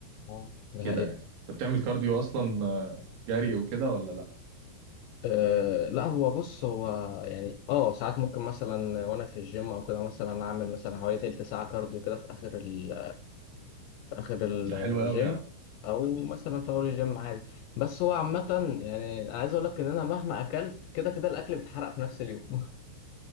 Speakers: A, on the left; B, on the right.
A: آه. ده
B: كده
A: حقيقة
B: يعني انت بتعمل كارديو اصلا آه، جري وكده ولا لا
A: أه لا هو بص هو يعني اه ساعات ممكن مثلا وانا في الجيم او كده مثلا اعمل مثلا حوالي تلت ساعه كارديو كده في اخر ال في اخر الجيم
B: ده حلو قوي يا عم
A: او مثلا في اول الجيم عادي بس هو عامه يعني أنا عايز اقول لك ان انا مهما اكلت كده كده الاكل بيتحرق في نفس اليوم <laughs>